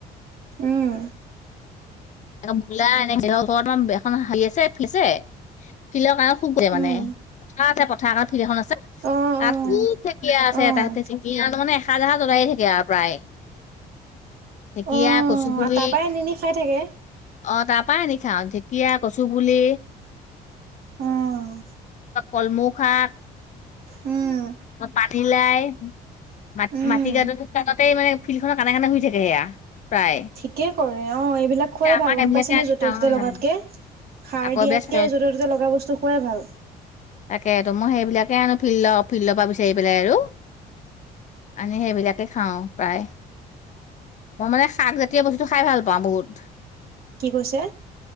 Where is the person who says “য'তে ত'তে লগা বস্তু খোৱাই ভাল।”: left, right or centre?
Right